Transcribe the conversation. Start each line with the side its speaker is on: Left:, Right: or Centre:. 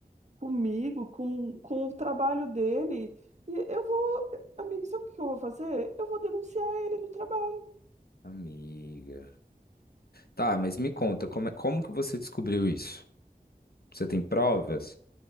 Right: comigo, com, com o trabalho dele. E eu vou, amigo, sabe o que eu vou fazer? Eu vou denunciar ele no trabalho.
Left: Amiga. Tá, mas me conta, como, é- como que você descobriu isso? Você tem provas?